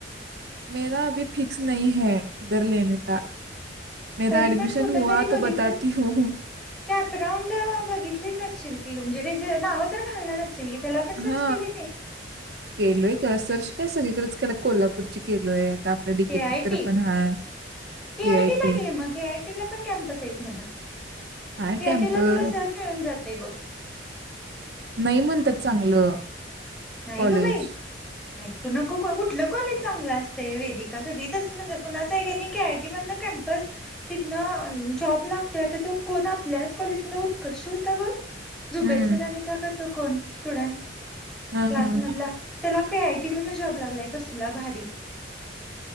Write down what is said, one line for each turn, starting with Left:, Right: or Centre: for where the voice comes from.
Right: मेरा अभी फिक्स नाही है इधरलेने का. मेरा
Centre: तरी
Right: ऍडमिशन
Centre: पण कुठ
Right: हुआ
Centre: तरी बघितली
Right: तो बताती हूँ
Centre: कॅपराऊंड बघितलीच असशील? म्हजे जे नावं तर घालणार? असशील की त्याला पण सर्च
Right: हा
Centre: केली नाही
Right: केलोय का सरश काय सगितल. रंच कोल्हापूर केलोय. आपल्या डिकेटीत
Centre: के आय टी
Right: तर पण हाय
Centre: के
Right: ए
Centre: आयटी
Right: आय
Centre: ला
Right: टी
Centre: घे मग के आयटी ला पण कॅमपस आहेत. म्हणा
Right: काय
Centre: के आयटीला
Right: कॅम्पस
Centre: तुला सज मिळून जात. तेव
Right: नाही म्हणतात. चांगलं,
Centre: नाही
Right: कॉलेज
Centre: ग बाई ऐकू नको कुठलं कॉलेज चांगलं असत. ते वेदिका सगळीच म्हणज कुणाच के आयटी मध कॅम्पस तिथन जॉब लागतोय तो कोण आपल्याच कॉलेज म उत्कर्ष होता ब झुबेर
Right: हम्म
Centre: सरांच्या तो कोण स्टुडंट
Right: हा
Centre: क्लास
Right: हा
Centre: मधला त्याला काय आहे. कि म्हण जॉब लागलाय कसला भारी,